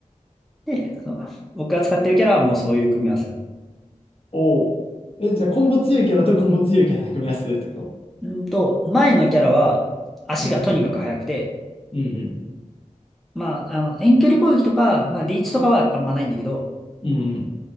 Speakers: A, in the centre; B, on the left.
A: で、そう僕が使ってるキャラはもうそういう組み合わせ。
B: おお。え、じゃあ、コンボ強いキャラとコンボ強いキャラで組み合わせてるってこと
A: うんと、前のキャラは足がとにかく速くて、
B: うん。うん。
A: まあ、あの、遠距離攻撃とか、まあ、リーチとかはあんまないんだけど、
B: うんうん。うん